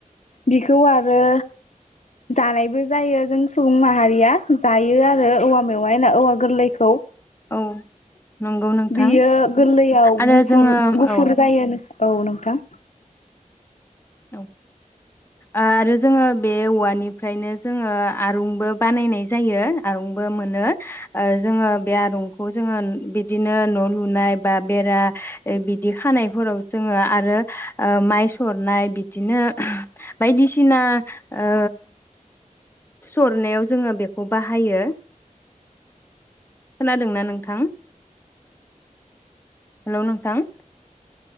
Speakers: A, on the left; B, on the left.
A: बेखौ आर ओ दानायबो जायो जों सुबुं माहारिया जायो आरो औवा मेवाइ ओ औवा गोरलैखौ
B: औ नंगौ नोंथां
A: बियो गोरलैयाव
B: आरो
A: गुफुर
B: जोङो
A: गुफुर
B: औ
A: जायो नो औ नोंथां
B: औ आरो जोङो बे औवानिफ्रायनो जोङो आरुंबो बानायनाय जायो आरंबो मोनो ओ जोङो बे आरंखौ जोङो बिदिनो न' लुनाय बा बेरा बिदि खानायफोराव जोङो आरो माइ सरनाय बिदिनो बायदिसिना ओ सरनायाव जोङो बेखौ बाहायो खोनादोंना नोंथां हेल' नोंथां